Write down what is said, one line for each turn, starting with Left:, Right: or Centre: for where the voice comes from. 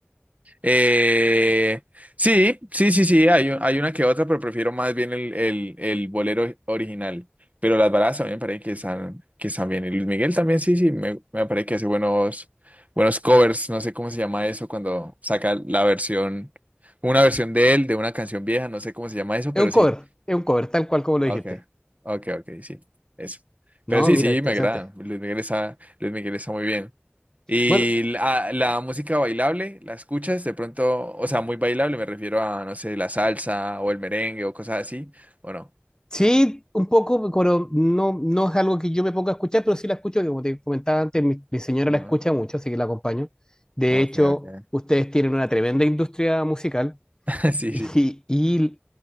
Right: Eh, sí, sí, sí, sí, hay, un- hay una que otra, pero prefiero más bien el, el, el bolero original. Pero las baladas también me parece que están, que están bien. Y Luis Miguel también, sí, sí, me, me parece que hace buenos, buenos covers. No sé cómo se llama eso cuando saca la versión, una versión de él, de una canción vieja, no sé cómo se llama eso,
Left: Es
Right: pero
Left: un cover,
Right: sí.
Left: es un cover, tal cual como lo
Right: Ok,
Left: dijiste.
Right: ok, ok, sí, eso.
Left: No,
Right: Pero sí,
Left: mira,
Right: sí,
Left: interesante.
Right: me agrada. Luis Miguel está, Luis Miguel está muy bien. Y
Left: Bueno,
Right: la, la música bailable, ¿la escuchas? De pronto, o sea, muy bailable, me refiero a, no sé, la salsa o el merengue o cosas así, ¿o no?
Left: Sí, un poco, pero no, no es algo que yo me ponga a escuchar, pero sí la escucho, que como te comentaba antes, mi, mi señora
Right: Ajá.
Left: la escucha mucho, así que la acompaño. De
Right: Ok,
Left: hecho,
Right: ok.
Left: ustedes tienen una tremenda industria musical
Right: <laughs> Sí,
Left: y,
Right: sí,
Left: y,